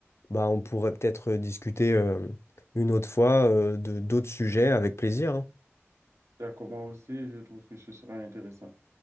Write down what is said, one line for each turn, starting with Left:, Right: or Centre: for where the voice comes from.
Left: bah, on pourrait peut-être discuter euh, une autre fois euh, de d'autres sujets avec plaisir. hein.
Right: D'accord, moi aussi, je trouve que ce sera intéressant.